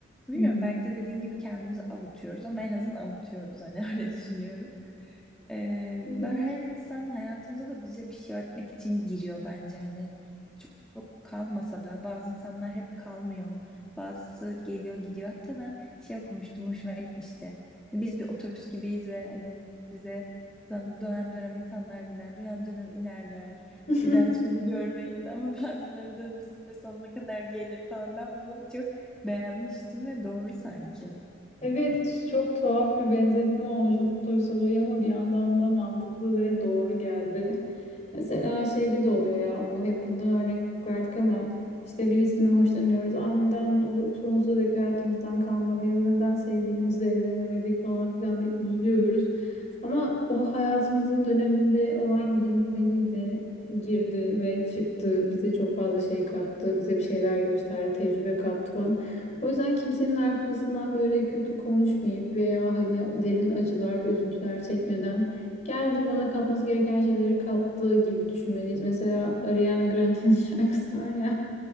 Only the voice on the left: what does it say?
Hı
hı.
<laughs>
Evet, çok tuhaf bir benzetme olmuş otobüs olayı ama bir yandan da mantıklı ve doğru geldi. Mesela şeyde de oluyor ya bu hep bundan örnek verdik ama işte birisinden hoşlanıyoruz. Aa neden o sonsuza dek hayatımızdan kalmadı ya da neden sevgilimizle evlenemedik falan filan deyip üzülüyoruz. Ama o hayatımızın döneminde o an girmeliydi. Girdi ve çıktı. Bize çok fazla şey kattı. Bize bir şeyler gösterdi. Tecrübe kattı falan. O yüzden kimsenin arkasından böyle kötü konuşmayıp veya hani derin acılar ve üzüntüler çekmeden geldi bana katması gereken şeyleri kattı gibi düşünmeliyiz. Mesela Ariana Grande'nin <laughs> şarkısı var ya.